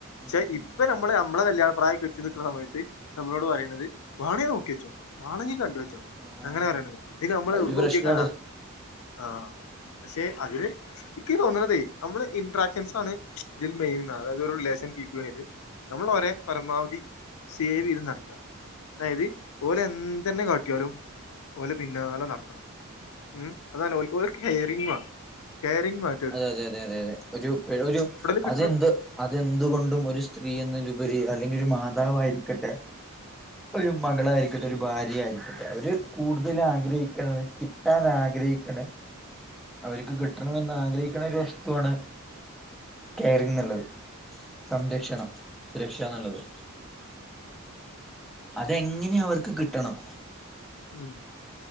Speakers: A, in the centre; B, on the left (about 80°).
A: ഉം
B: ക്ഷെ ഇപ്പൊ
A: ഉം
B: നമ്മള് നമ്മളെ കല്യാണ പ്രായം എത്തി നിക്കണ സമയത്ത്, നമ്മളോട് പറയുന്നത് വാണെ നോക്കി വെച്ചോ വാണെങ്കി കണ്ടു വെ ച്ചോ
A: ആഹ്
B: അങ്ങനെ പറയണത് ഇത് നമ്മള് എവിടുന്ന്
A: ഒരു പ്രശ്നാണ്
B: നോക്കിയക്കാനാ, ആഹ് ക്ഷെ അതില്, എനിക്ക് തോന്നണതേ നമ്മുടെ ഇന്റ്രാക്ഷൻസാണ് ഇതിൽ മെയിൻന്നാ അതായത് ഒരു റിലേഷൻ കീപ്പ് ചെയ്യണേല് നമ്മൾ ഒരെ പരമാവധി സേവ് ചെയത് നടക്കാ അതായത്, ഓലെന്തന്നെ കാട്ടിയാലും ഓലെ പിന്നാലെ നടക്കണം ഉം അതാണ് ഓൽ ഓൽ കെയറിംഗ് മാണം കെയറിംഗ് മാ
A: അതെ അതെ അതെ അതെ അതെ ഒരു ഒരു
B: കിട്ടണം
A: അതെന്ത് അതെന്തുകൊണ്ടും ഒരു സ് സ്ത്രീ എന്നലുപരി അല്ലെങ്കിൽ ഒരു മാതാവായിരിക്കട്ടെ ഒരു മകളായിരി
B: ഉം
A: ക്കട്ടെ ഒരു ഭാര്യായിരിക്കട്ടെ അവര് കൂടുതൽ ആഗ്രഹിക്കണെ കിട്ടാൻ ആഗ്രഹിക്കണെ, അവര്ക്ക് കിട്ടണമെന്ന് ആഗ്രഹിക്കണ ഒരു വസ്തുവാണ് കെയറിങ് എന്നുള്ളത്, സംരക്ഷണം സുരക്ഷ എന്നുള്ളത്. അതെങ്ങനേം അവർക്ക് കിട്ടണം.
B: ഉം